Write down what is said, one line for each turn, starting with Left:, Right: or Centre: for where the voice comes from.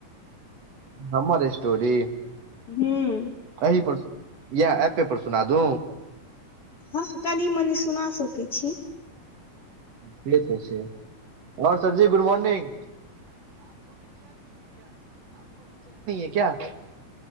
Right: हमरे स्टोरी।
Left: हुं।
Right: एहिही पर याह ऐपे पर सुना दू।
Left: हँ कनी मनी सुना सकै छी।
Right: से त छै और सरजी गुड मॉर्निंग। <unintelligible>